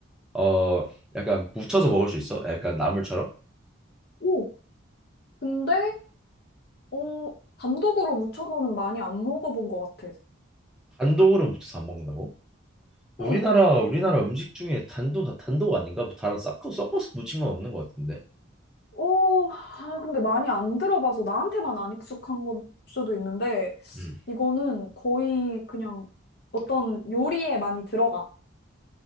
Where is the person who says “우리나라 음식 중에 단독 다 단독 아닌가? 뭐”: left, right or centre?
Centre